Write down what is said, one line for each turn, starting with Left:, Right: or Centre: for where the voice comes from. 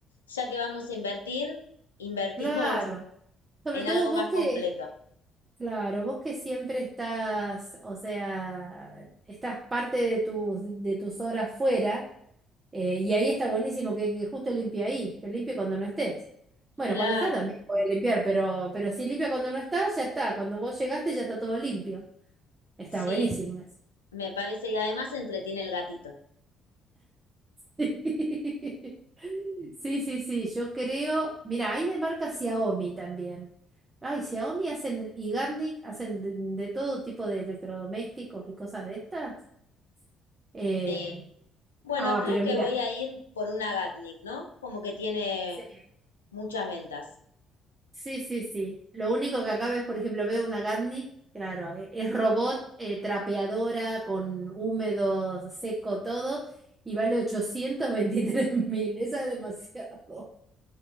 Left: Ya que vamos a invertir, invertimos
Right: Claro.
Left: <laughs>
Right: Sobre
Left: en
Right: todo
Left: algo
Right: vos
Left: más
Right: que
Left: completo.
Right: Claro, vos que siempre estás, o sea, estás parte de tus, de tus horas fuera, eh, y ahí está buenísimo que, que justo limpie ahí, que limpie cuando no estés. Bueno,
Left: Claro,
Right: cuando estás también puedes limpiar, pero, pero si limpia cuando no estás, ya está. Cuando vos llegaste ya está todo limpio. Está
Left: sí,
Right: buenísimo eso.
Left: me parece, y además se entretiene el gatito.
Right: <laughs> Sí, sí, sí, sí, yo creo. Mira, hay de marca Xiaomi también. Ay, Xiaomi hacen, y Garnic hacen de de todo tipo de electrodomésticos y cosas de estas. Eh,
Left: Sí. Bueno,
Right: ah,
Left: creo
Right: pero
Left: que
Right: mira,
Left: voy a ir por una Gatnik, ¿no? Como que tiene
Right: sí,
Left: muchas ventas.
Right: sí, sí, sí. Lo único que acá ves, por ejemplo, veo una Gatnik, claro, e- es robot, eh, trapeadora, con húmedo, seco, todo, y vale ochocientos veintitrés mil. <laughs> Esa es demasiado.